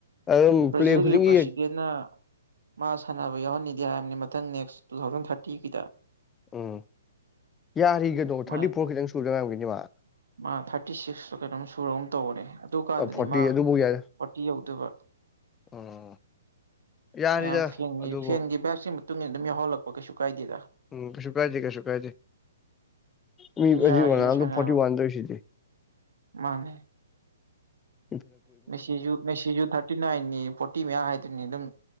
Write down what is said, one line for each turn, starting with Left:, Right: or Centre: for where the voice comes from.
Left: ꯑꯗꯨꯝ
Right: ꯕ꯭ꯔꯥꯖꯤꯜꯒꯤ
Left: ꯄ꯭ꯂꯦ ꯈꯨꯗꯤꯡꯒꯤ
Right: ꯄ꯭ꯔꯁꯤꯗꯦꯟ ꯅ ꯃꯥ ꯁꯥꯟꯅꯕ ꯌꯥꯎꯍꯟꯅꯤꯗꯤ ꯍꯥꯏꯕꯅꯤ ꯃꯊꯪ ꯅꯦꯛꯁ ꯇꯨ ꯊꯥꯎꯖꯟ ꯊꯥꯔꯇꯤꯒꯤꯗꯥ
Left: ꯎꯝ ꯌꯥꯔꯤ ꯀꯩꯅꯣ
Right: ꯃꯥ
Left: ꯊꯥꯔꯇꯤ ꯐꯣꯔ ꯈꯤꯇꯪ ꯁꯨꯗꯥ ꯉꯥꯏꯔꯝꯒꯤꯅꯤ ꯃꯥ
Right: ꯃꯥ ꯊꯥꯔꯇꯤ ꯁꯤꯛꯁ ꯀꯩꯅꯣꯝ ꯁꯨꯔꯒꯨꯝ ꯇꯧꯕꯅꯦ ꯑꯗꯨꯀꯥꯟꯗꯗꯤ
Left: ꯐꯣꯔꯇꯤ
Right: ꯃꯥ
Left: ꯑꯗꯨꯕꯨ ꯌꯥꯔꯦ
Right: ꯐꯣꯔꯇꯤ ꯌꯧꯗꯨꯕ
Left: ꯎꯝ ꯌꯥꯔꯤꯗ
Right: ꯃꯌꯥꯝ ꯐꯦꯟꯒꯤ
Left: ꯑꯗꯨꯕꯨ
Right: ꯐꯦꯟꯒꯤ ꯕꯥꯏꯞꯁꯤꯒꯤ ꯃꯇꯨꯡ ꯏꯟꯅ ꯑꯗꯨꯝ ꯌꯥꯎꯍꯜꯂꯛꯄ ꯀꯩꯁꯨ ꯀꯥꯏꯗꯦꯗꯥ
Left: ꯎꯝ ꯀꯩꯁꯨ ꯀꯥꯏꯗꯦ ꯀꯩꯁꯨ ꯀꯥꯏꯗꯦ ꯃꯤ
Right: ꯑꯗꯨꯝ
Left: <unintelligible>
Right: ꯌꯥꯔꯤꯕ
Left: ꯔꯣꯅꯥꯜꯗꯣ
Right: ꯁꯥꯟꯅꯕ
Left: ꯐꯣꯔꯇꯤ ꯋꯥꯟꯗꯥ ꯇꯧꯏꯁꯤꯗꯤ
Right: ꯃꯥꯅꯦ
Left: <unintelligible>
Right: ꯃꯦꯁꯤꯁꯨ ꯃꯦꯁꯤꯁꯨꯨ ꯊꯥꯔꯇꯤ ꯅꯥꯏꯟꯅꯤ ꯐꯣꯔꯇꯤ ꯃꯌꯥ ꯍꯥꯏꯗꯨꯅꯤ ꯑꯗꯨꯝ